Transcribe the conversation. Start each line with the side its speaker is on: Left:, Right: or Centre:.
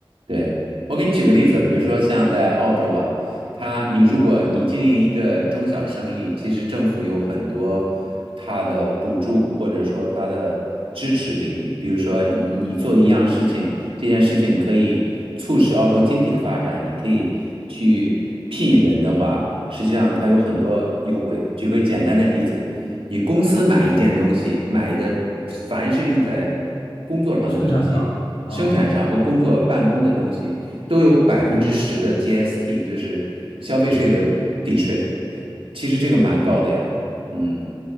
Right: 对，我给你举个例子，比如说像在澳洲吧，它你如果你经营一个中小生意，其实政府有很多它的补助或者说它的支持给你，比如说你你做一样事情，这件事情可以促使澳洲经济的发展，你可以去聘人的话，实际上它有很多优惠。举个简单的例子，你公司买一件东西，买的凡是用在工作上的东西。
Left: 生产上啊，
Right: 生产上和工作办公的东西都有百分之十的 GST，就是消费税的抵税。
Left: 抵税。
Right: 其实这个蛮高的呀，嗯，